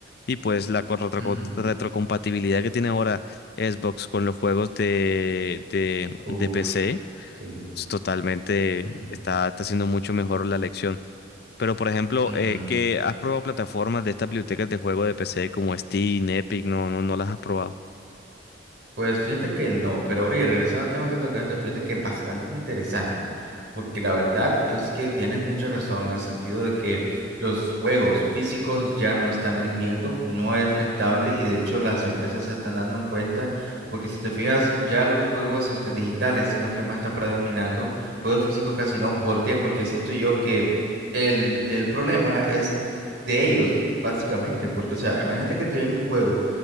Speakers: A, on the left; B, on the right.
A: Y pues la co- retroco-
B: ujú.
A: retrocompatibilidad que tiene ahora Xbox con los juegos de, de,
B: Uf,
A: de PC
B: sí.
A: es totalmente
B: ujú,
A: está, está haciendo mucho mejor la elección. Pero por ejemplo,
B: ujú,
A: eh, que has probado plataformas de estas bibliotecas de juego de PC como Steam, Epic, no, no, no las has probado.
B: Pues fíjate que no, pero oye, regresando al tema que tocaste, fíjate que es bastante interesante, porque la verdad es que tienes mucha razón en el sentido de que los juegos físicos ya no están rindiendo, no es rentable y de hecho las empresas se están dando en cuenta, porque si te fijas, ya los juegos este, digitales son los que más está predominando, juegos físicos casi no, ¿por qué? Porque siento yo que el, el problema es de ellos, básicamente, porque o sea, imagínate que te viene un juego.